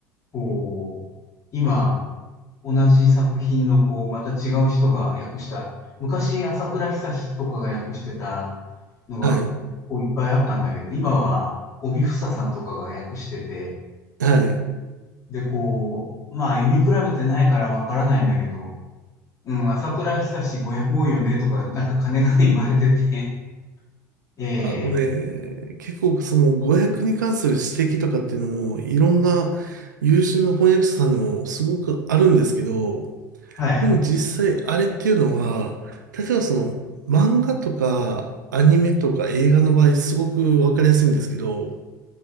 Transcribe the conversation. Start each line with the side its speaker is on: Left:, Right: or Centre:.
Left: こう、今、同じ作品の、こう、また違う人が訳した、昔、朝倉久とかが訳してたのが、
Right: <laughs> はい。
Left: こう、いっぱいあったんだけど、今は、帯房さんとかが訳してて、
Right: はい。
Left: で、こう、まあ、読み比べてないからわからないんだけど、うん、朝倉久ご訳多いよね、とか、なんか、金がね言われてて、<laughs> ええ
Right: あのね、結構その語訳に関する指摘とかっていうのも、いろんな優秀な翻訳者さんでもすごくあるんですけど、
Left: はい。
Right: でも実際あれっていうのは、例えばその漫画とかアニメとか映画の場合すごくわかりやすいんですけど、